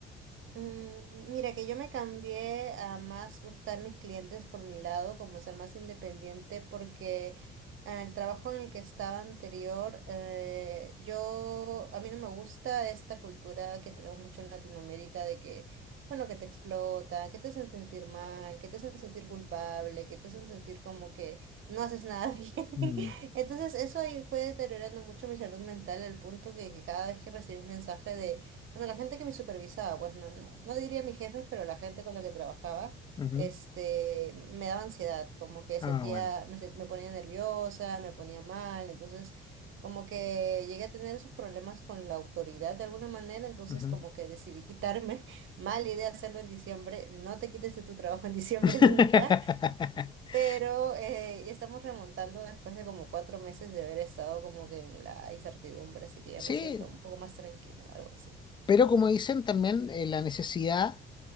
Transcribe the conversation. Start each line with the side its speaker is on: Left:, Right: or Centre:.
Right: Mm, Mira que yo me cambié a más buscar mis clientes por mi lado, como ser más independiente, porque eh, el trabajo en el que estaba anterior, eh, yo, a mí no me gusta esta cultura que tenemos mucho en Latinoamérica de que, bueno, que te explota, que te hacen sentir mal, que te hacen sentir culpable, que te hacen sentir como que no haces nada <laughs> bien.
Left: Mm,
Right: Entonces eso ahí fue deteriorando mucho mi salud mental al punto que, que cada vez que recibí un mensaje de bueno, la gente que me supervisaba, pues no, no, no diría mis jefes, pero la gente con la que trabajaba,
Left: ujú.
Right: este, me daba ansiedad, como que sentía,
Left: Ah, bueno.
Right: me, sen- me ponía nerviosa, me ponía mal, entonces como que llegué a tener esos problemas con la autoridad de alguna manera, entonces
Left: ujú.
Right: como que decidí quitarme, <laughs> mala idea hacerlo en diciembre, no te quites de tu trabajo en diciembre
Left: <laughs>
Right: nunca, pero eh, ya estamos remontando después de como cuatro meses de haber estado como que en la incertidumbre, así que ya
Left: Sí,
Right: me siento un poco más tranquila, algo así.
Left: pero como dicen también, eh, la necesidad